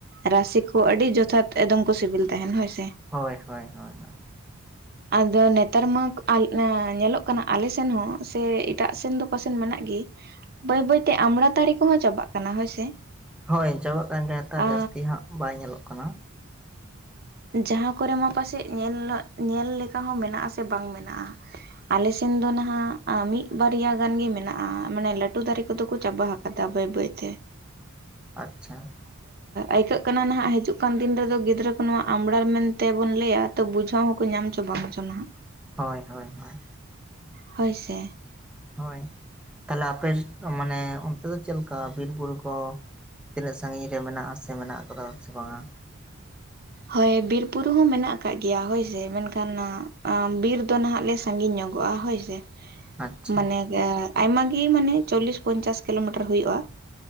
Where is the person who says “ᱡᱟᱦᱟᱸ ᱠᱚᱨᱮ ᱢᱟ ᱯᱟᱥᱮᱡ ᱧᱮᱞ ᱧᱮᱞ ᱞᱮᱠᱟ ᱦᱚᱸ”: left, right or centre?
Right